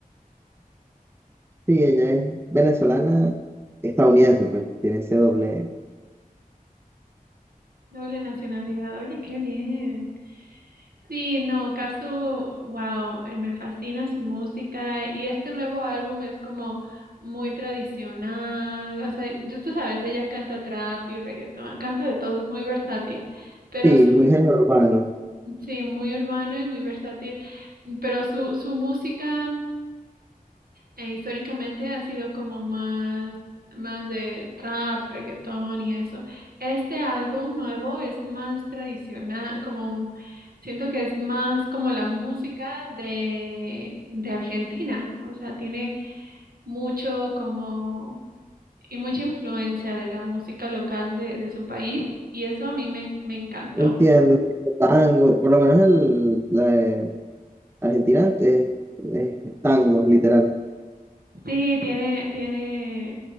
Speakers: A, on the right; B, on the right.
A: sí, ella es venezolana, estadounidense, pues, tiene ese doble.
B: Doble nacionalidad, oye, qué bien. Sí, no, Casu, wow, eh, me fascina su música y este nuevo álbum es como muy tradicional, o sea, tú, tú sabes, ella canta trap y reggaetón, canta de todo, es muy versátil, pero
A: Sí,
B: su,
A: muy género urbano.
B: sí, muy urbano y muy versátil, pero su, su música... E históricamente ha sido como más, más de trap, reggaetón y eso. Este álbum nuevo es más tradicional, como siento que es más como la música de, de Argentina. O sea, tiene mucho como y mucha influencia de la música local de, de su país. Y eso a mí me, me encantó.
A: Entiendo. tipo Tango, por lo menos el, la de Argentina es, es tango, literal.
B: Sí, tiene, tiene